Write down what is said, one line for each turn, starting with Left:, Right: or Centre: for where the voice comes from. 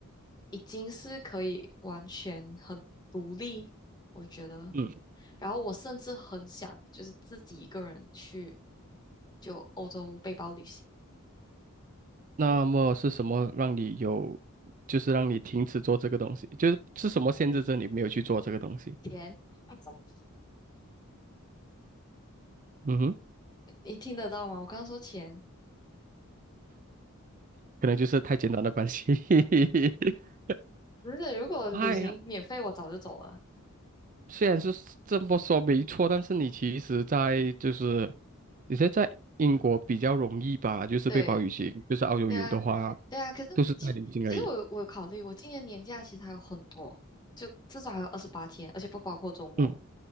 Left: 已经是可以完全很独立，我觉得。
Right: 嗯，
Left: 然后我甚至很想就是自己一个人去就欧洲背包旅行。
Right: 那么是什么让你有，就是让你停止做这个东西？就是是什么限制着你没有去做这个东西？
Left: 钱，<laughs>
Right: 嗯哼，
Left: 你听得到吗？我刚刚说钱。
Right: 可能就是太简单的关系。<laughs>
Left: 不是，如果旅行免费，
Right: 哎呀，
Left: 我早就走了。
Right: 虽然是这么说没错，但是你其实在就是你现在在英国比较容易吧，就是被保语系，
Left: 对，
Right: 就是澳洲有的话
Left: 对啊，对啊。可是其其实我有我有考虑，
Right: 都是在临近而已。
Left: 我今年年假其实还有很多，就至少还有二十八天，而且不包括周末。
Right: 嗯